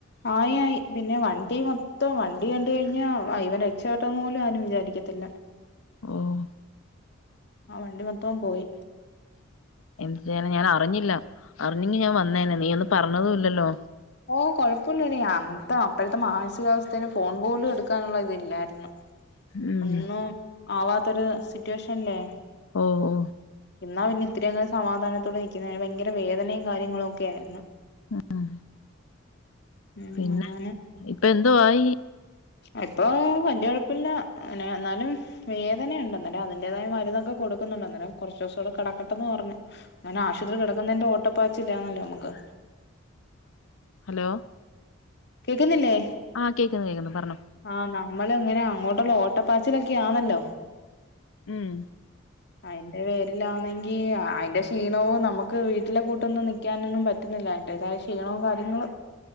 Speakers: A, on the left; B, on the left.
A: ആയി ആയി പിന്നെ വണ്ടി മൊത്തം വണ്ടി കണ്ട് കഴിഞ്ഞാ ഇവൻ രക്ഷപ്പെട്ടന്ന് പോലും ആരും വിചാരിക്ക ത്തില്ല
B: ഓഹ
A: ആ വണ്ടി മൊത്തം പോയി
B: എന്ത്‌ ചെയ്യാന ഞാൻ അറിഞ്ഞില്ല അറിഞ്ഞെങ്കി ഞാൻ വന്നേനെ നീയന്ന് പറഞ്ഞതും ഇല്ലല്ലോ
A: ഓ കൊഴപ്പമില്ല ഡി അന്നത്തെ അപ്പഴത്തെ മാനസികാവസ്ഥയിൽ ഫോൺ പോലും എടുക്കാനുള്ള ഇതില്ലാരുന്നു
B: ഉം
A: ഒന്നും ആവാത്തൊരു സിറ്റുവേഷൻ ല്ലേ
B: ഓ ഓ
A: ഇന്നാ പിന്നെ ഇത്ര എങ്കിലും സമാധാനത്തോടെ നിൽക്കുന്നതിന് ഭയങ്കര വേദനയും കാര്യങ്ങളും ഒക്കെ ആയിരുന്നു
B: ഉം ഉം
A: ഉം
B: പിന്നെ
A: അങ്ങനെ
B: ഇപ്പ എന്തോ ആയി
A: എപ്പൊ വല്യ കൊഴപ്പില്ല അങ്ങനെ ന്നാലും വേദനയണ്ടന്നേരം അതിന്റേതായ മരുന്നൊക്കെ കൊടുക്കുന്നുണ്ട് അന്നേരം കുറച്ചുസൂടെ കിടക്കട്ടന്ന് പറഞ് അങ്ങനെ ആശുപത്രി കിടക്കുന്നതിന്റെ ഓട്ടപ്പാച്ചില്ലാന്നല്ലോ നമുക്ക്
B: ഹലോ
A: കേക്കുന്നില്ലേ
B: ആ കേക്കുന്നു കേക്കുന്നു പറഞ്ഞോ
A: ആഹ് നമ്മളിങ്ങനെ അങ്ങോട്ടുള്ള ഓട്ടപ്പാച്ചിലൊക്കെ ആണല്ലോ
B: ഉം
A: അയിന്റെ പേരിലാണെങ്കിൽ ഏയ് അതിൻ്റെ ക്ഷീണവും നമുക്ക് വീട്ടിലെ കൂട്ടൊന്നും നിൽക്കാനൊന്നും പറ്റുന്നില്ല അതിൻ്റേതായ ക്ഷീണവും കാര്യങ്ങളും